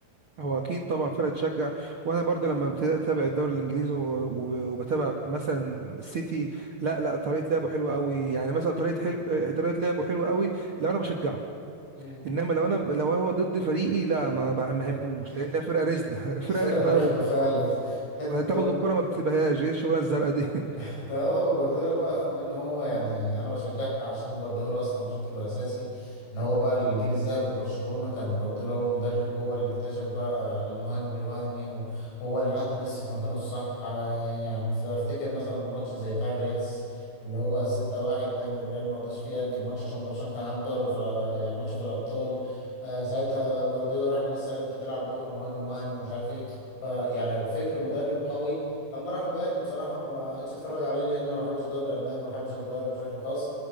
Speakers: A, on the right (about 75°); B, on the left (about 85°).
A: هو اكيد طبعا فرقه تشجع وانا برضه لما ابتديت اتابع الدوري الانجليزي و- و- وبتابع مثلا السيتي لا لا طريقه لعبه حلوه قوي يعني مثلا طريقه حلو آه، طريقه لعبه حلوه قوي لو انا بشجعه
B: مم.
A: انما لو انا لو انا هو ضد فريقي لا ما بحبوش
B: <laughs>
A: لانها فرقه رزله <laughs> فرقه
B: فرقة
A: رخمه
B: رخمة
A: قوي
B: فعلا <laughs> حتة
A: ما تاخد
B: برضه
A: الكرة ما بتسيبهاش ايه الشغلانة الزرقاء دي <laughs>
B: <laughs> ده هو جوارديولا بقى في كمان إن هو يعني انا بشجعها عشان جوارديولا اصلا بشكل اساسي ان هو بقى الجيل الذهبي لبرشلونة كان جوارديولا هو المدرب هو اللي اكتشف بقى المهاجم الوهمي وهو اللي حط ميسي في مكانه الصح يعني افتكر مثلا ماتش زي بتاع الريالز اللي هو 6-1 ده اللي الريال ما رضاش فيه يأجل ماتش عشان برشلونة كان عنده دوري في ماتش في الأبطال آه، ساعتها جوارديولا راح لميسي قال له انت تلعب بكرة مهاجم وهمي ومش عارف ايه فيعني فكر مدرب قوي لما راح البايرن بصراحه ما بقتش اتفرج عليه لان انا ما بحبش الدوري الالماني وما بحبش البايرن بشكل خاص